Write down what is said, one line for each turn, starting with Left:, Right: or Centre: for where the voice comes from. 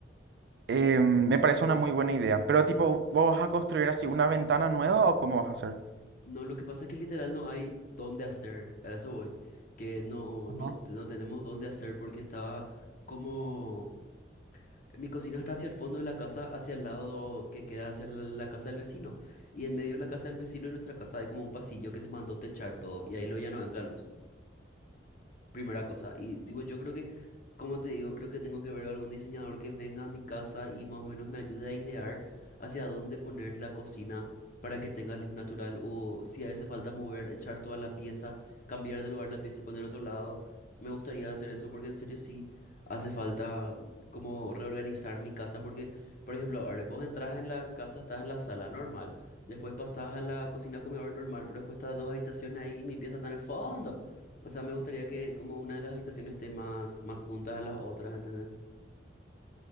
Right: Eh, me parece una muy buena idea. Pero tipo, ¿vos vas a construir así una ventana nueva o cómo vas a hacer?
Left: No, lo que pasa es que literal no hay dónde hacer, a eso voy, que no,
Right: Ajá.
Left: no, no tenemos dónde hacer porque estaba como, mi cocina está hacia el fondo de la casa, hacia el lado que queda hacia la, la casa del vecino, y en medio de la casa del vecino y nuestra casa hay como un pasillo que se mandó techar todo, y ahí lo ya no entra luz. Primera cosa, y tipo, yo creo que, como te digo, creo que tengo que ver algún diseñador que venga a mi casa y más o menos me ayude a idear hacia dónde poner la cocina para que tenga luz natural o si hace falta mover, echar toda la pieza, cambiar de lugar la pieza y poner otro lado. Me gustaría hacer eso porque en serio sí hace falta como reorganizar mi casa porque, por ejemplo, ahora vos entras en la casa, estás en la sala normal, después pasás a la cocina comedor normal, pero después estás dos habitaciones ahí y mi pieza está en el fondo. O sea, me gustaría que como una de las habitaciones esté más, más juntas a las otras, ¿entendés?